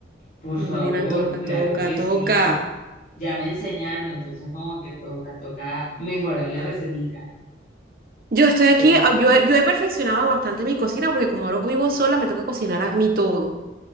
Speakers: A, on the left (about 45°); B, on the right (about 50°).
A: por
B: No,
A: favor,
B: nena, toca,
A: claro
B: toca,
A: que
B: toca.
A: sí. Ya me enseñaron, entonces como que toca, toca mejorar la recetica.
B: Yo estoy aquí,
A: Pero
B: ah, yo, he- yo he perfeccionado bastante mi cocina porque como ahora vivo sola me toca cocinar a mí todo.